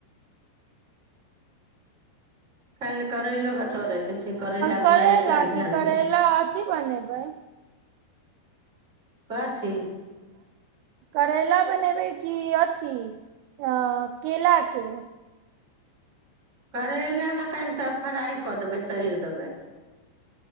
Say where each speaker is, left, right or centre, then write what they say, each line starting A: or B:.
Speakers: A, on the right; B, on the right.
A: काइल करैलो के तरै के छै करैला
B: करैला
A: बुआइल काल्हि धयल
B: की करैला
A: छै
B: अथी बनेबै
A: कथी
B: करैला बनेबै कि अथि अ केला के
A: करैला तऽ काल्हि तऽ फ्राइ कऽ देबै तैर देबै